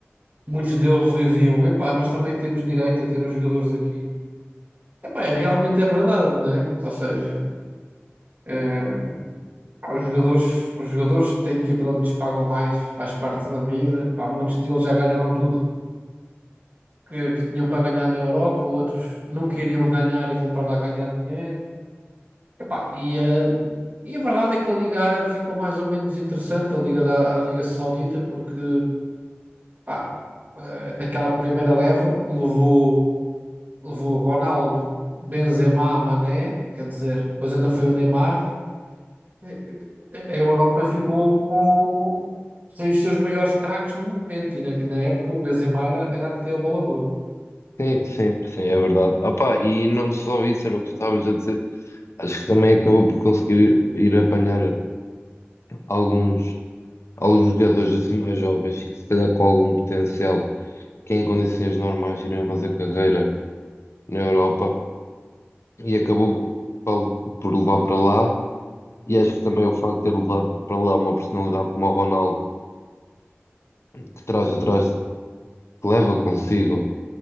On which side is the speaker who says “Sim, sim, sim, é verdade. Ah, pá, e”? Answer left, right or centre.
Left